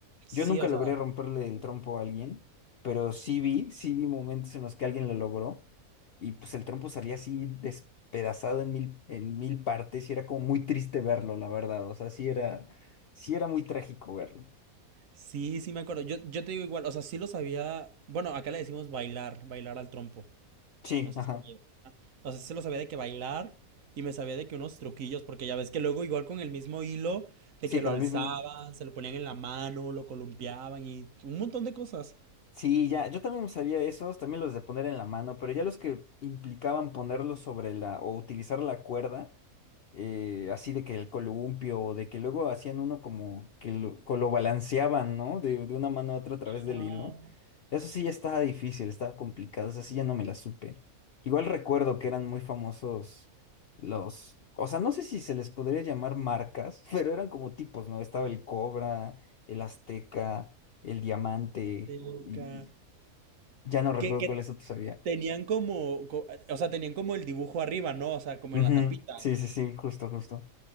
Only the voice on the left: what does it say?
Yo nunca
logré
romperle el trompo a alguien, pero sí vi, sí vi momentos en los que alguien lo logró y pues el trompo salía así despedazado en mil, en mil partes y era como muy triste verlo, la verdad, o sea, sí era, sí era muy trágico verlo.
Sí,
ajá.
Sí,
con
el mismo.
Sí, ya, yo también sabía esos, también los de poner en la mano, pero ya los que implicaban ponerlos sobre la o utilizar la cuerda, eh, así de que el columpio, o de que luego hacían uno como que lo, co- lo balanceaban, ¿no? De, de una mano a otra a través del
hilo. Eso sí ya estaba difícil, estaba complicado, eso sí ya no me la supe. Igual recuerdo que eran muy famosos los, o sea, no sé si se les podría llamar marcas, <laughs> pero eran como tipos, ¿no? Estaba el Cobra, el Azteca, el Diamante,
y
ya no recuerdo
cuál eso tú sabía.
Ujú,
Sí, sí, sí, justo, justo.